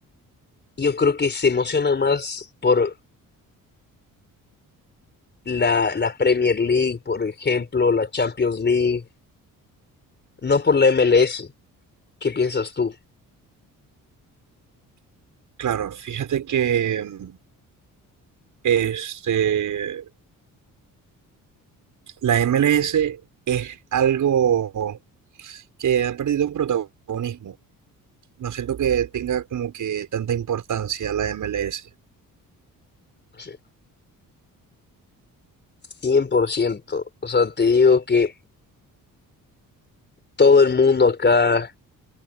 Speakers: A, on the left; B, on the right.
A: yo creo que se emocionan más por la, la Premier League, por ejemplo, la Champions League, no por la MLS. ¿Qué piensas tú?
B: Claro, fíjate que mm, este, la MLS algo que ha perdido protagonismo. No siento que tenga como que tanta importancia la MLS.
A: Sí. cien por ciento O sea, te digo que todo el mundo acá,